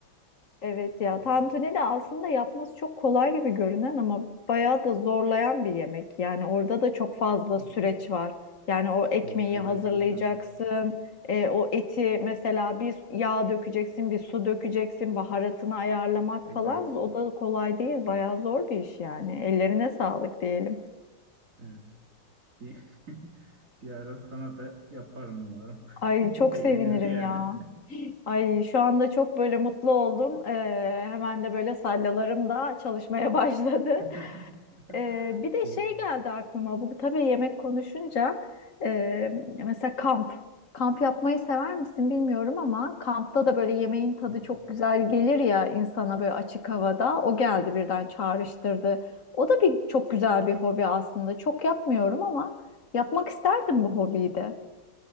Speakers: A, on the left; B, on the right.
A: Evet ya
B: <laughs>
A: tantuni de aslında yapması çok kolay gibi görünen ama bayağı da zorlayan bir yemek. Yani orada da çok fazla
B: Evet.
A: süreç var. Yani o ekmeği
B: E, süreç
A: hazırlayacaksın,
B: uzun.
A: e, o eti mesela bir yağ dökeceksin, bir su dökeceksin, baharatını ayarlamak
B: Evet.
A: falan o da kolay değil, bayağı zor bir iş yani. Ellerine sağlık diyelim.
B: Evet. Bir, <laughs> bir ara sana da yaparım umarım.
A: Ay
B: <laughs> Beğenildi
A: çok sevinirim
B: yani.
A: ya. Ay şu anda çok böyle mutlu oldum. Ee, hemen de böyle sallalarım da çalışmaya <laughs> başladı.
B: <laughs>
A: Ee, bir de
B: Bu
A: şey geldi aklıma bu tabii yemek konuşunca e, mesela kamp. Kamp yapmayı sever misin bilmiyorum ama kampta da böyle yemeğin tadı
B: kamp,
A: çok güzel gelir ya insana böyle açık havada. O geldi birden çağrıştırdı. O da bir çok güzel bir hobi aslında. Çok yapmıyorum ama yapmak isterdim bu hobiyi de.